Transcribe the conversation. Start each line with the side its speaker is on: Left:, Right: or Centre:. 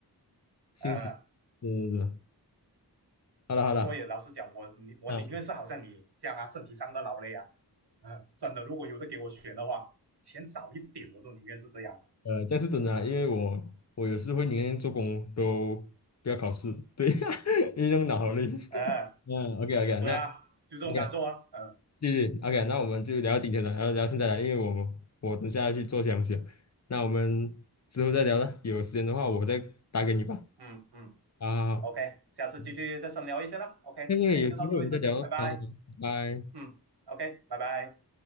Left: 辛苦，
Right: 呃，
Left: 对对对，好了好了，
Right: 所以老实讲，我你我宁愿是好像你这样啊，
Left: 啊
Right: 身体上的劳累啊，呃，真的，如果有的给我选的话，钱少一点我都宁愿是这样。
Left: 呃，但是真的啊，因为我我有时会宁愿做工都不要考试，对，<laughs> 因为那种脑力。
Right: 呃，
Left: 嗯，OK OK，
Right: 对啊，
Left: 那
Right: 就这种感受啊，
Left: OK，
Right: 嗯
Left: 对对，OK，那我们就聊到今天了，然后聊到现在了，因为我们我等下要去做东西了，那我们之后再聊了，有时间的话我再打给你吧。
Right: 嗯嗯
Left: 啊，
Right: ，OK，下次继续再深聊一些啦。
Left: 嗯
Right: OK，
Left: 那个有机会我们再聊啊，
Right: 今天就到此为止，拜拜。
Left: 拜拜。
Right: 嗯，OK，拜拜。